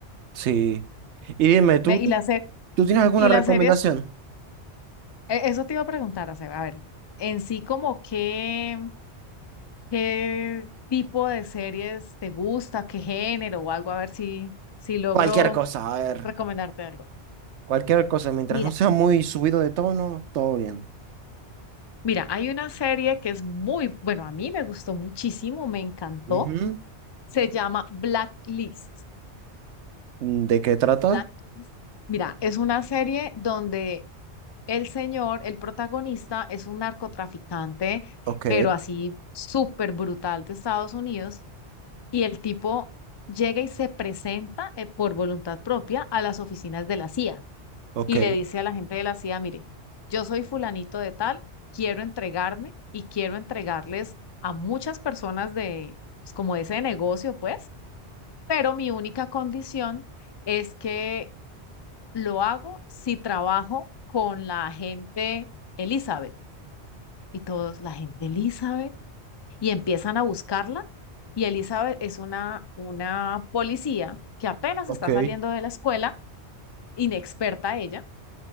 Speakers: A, on the right (about 80°); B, on the left (about 45°).
A: Sí. Y dime, ¿tú,
B: Ve,
A: tú,
B: y las, se-
A: tú tienes alguna
B: y
A: recomendación?
B: las series, e- eso te iba a preguntar, Aceba, a ver, en sí como qué, qué tipo de series te gusta, qué género o algo, a ver si, si logro
A: Cualquier cosa, a ver,
B: recomendarte algo.
A: cualquier cosa, mientras
B: Mira,
A: no sea muy subido de tono, todo bien.
B: mira, hay una serie que es muy, bueno, a mí me gustó muchísimo, me encantó
A: Ujú.
B: Se llama Blacklist.
A: Mm, ¿De qué trata?
B: Blacklist. Mira, es una serie donde el señor, el protagonista, es un narcotraficante,
A: Ok,
B: pero así súper brutal de Estados Unidos, y el tipo llega y se presenta eh, por voluntad propia a las oficinas de la CIA
A: ok,
B: y le dice a la gente de la CIA, mire, yo soy fulanito de tal, quiero entregarme y quiero entregarles a muchas personas de, pues, como de ese negocio, pues pero mi única condición es que lo hago si trabajo con la gente Elizabeth. Y todos, la gente Elizabeth, y empiezan a buscarla. Y Elizabeth es una, una policía que apenas
A: ok,
B: está saliendo de la escuela, inexperta ella,